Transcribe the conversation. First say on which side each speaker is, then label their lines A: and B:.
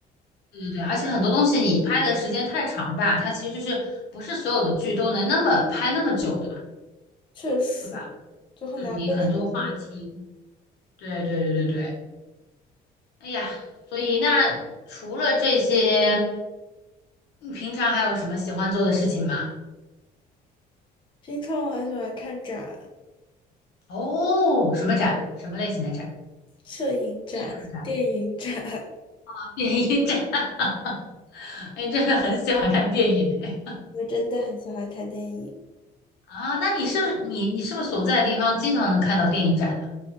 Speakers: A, on the left (about 80°); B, on the left (about 30°).
A: 对对，而且很多东西你拍的时间太长吧，它其实就是不是所有的剧都能那么拍那么久的嘛，
B: 确实
A: 对吧？
B: 就很难被超越。
A: 嗯，你很多话题。对对对对对，哎呀，所以那除了这些，你平常还有什么喜欢做的事情吗？
B: 平常我很喜欢看展、
A: 哦，什么展？什么类型的展？
B: 摄影展、
A: 艺术展吗
B: 电影展，
A: 啊 <laughs> 电影展？<laughs> 哎，你真的很喜欢看电影哎。
B: <laughs> 我真的很喜欢看电影。
A: 啊，那你是不是你你是不是所在的地方经常能看到电影展的？